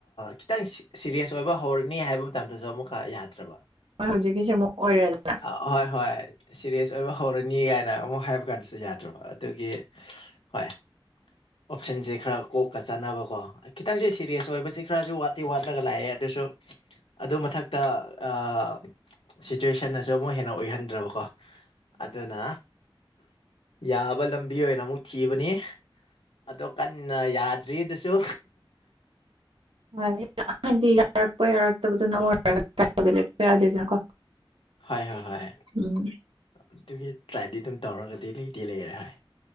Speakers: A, on the left (about 75°); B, on the right (about 80°).
A: ꯈꯤꯇꯪ ꯁꯤꯔꯤꯌꯁ ꯑꯣꯏꯕ ꯍꯧꯔꯅꯤ ꯍꯥꯏꯕ ꯃꯇꯝꯗꯁꯨ ꯑꯃꯨꯛꯀ ꯌꯥꯗ꯭ꯔꯕ
B: ꯍꯣꯏ ꯍꯧꯖꯤꯛꯀꯤꯁꯦ ꯑꯃꯨꯛ ꯑꯣꯏꯔꯦꯗꯅ
A: ꯑꯍꯣꯏ ꯍꯣꯏ ꯁꯤꯔꯤꯌꯁ ꯑꯣꯏꯕ ꯍꯧꯔꯅꯤ ꯀꯥꯏꯅ ꯑꯃꯨꯛ ꯍꯥꯏꯕ ꯀꯥꯟꯗꯁꯨ ꯌꯥꯗ꯭ꯔꯕ ꯑꯗꯨꯒꯤ ꯍꯣꯏ ꯑꯣꯞꯁꯟꯁꯦ ꯈꯔ ꯀꯣꯛꯀꯥ ꯆꯥꯟꯅꯕꯀꯣ ꯈꯤꯇꯪꯁꯦ ꯁꯤꯔꯤꯌꯁ ꯑꯣꯏꯕꯁꯤ ꯈꯔꯁꯨ ꯋꯥꯠꯇꯤ ꯋꯥꯠꯂꯒ ꯂꯥꯛꯑꯦ ꯑꯗꯨꯁꯨ ꯑꯗꯨ ꯃꯊꯛꯇ ꯑꯥ ꯁꯤꯆꯨꯋꯦꯁꯟꯅꯁꯨ ꯑꯃꯨꯛ ꯍꯦꯟꯅ ꯑꯣꯏꯍꯟꯗ꯭ꯔꯕꯀꯣ ꯑꯗꯨꯅ ꯌꯥꯕ ꯂꯝꯕꯤ ꯑꯣꯏꯅ ꯑꯃꯨꯛ ꯊꯤꯕꯅꯤ ꯑꯗꯣ ꯀꯟꯅ ꯌꯥꯗ꯭ꯔꯤꯗꯨꯁꯨ
B: ꯍꯣꯏ ꯑꯍꯥꯟꯗꯤ ꯌꯥꯔꯛꯄ ꯌꯥꯔꯛꯇꯕꯗꯣ ꯅꯪ ꯑꯣꯏꯔꯒꯔꯄ ꯌꯥꯗꯦꯗꯅꯀꯣ
A: ꯍꯣꯏ ꯍꯣꯏ
B: ꯎꯝ
A: ꯑꯗꯨꯒꯤ ꯇ꯭ꯔꯥꯏꯗꯤ ꯑꯗꯨꯝ ꯇꯧꯔꯒꯗꯤ ꯂꯩꯗꯤ ꯂꯩꯔꯦ ꯍꯣꯏ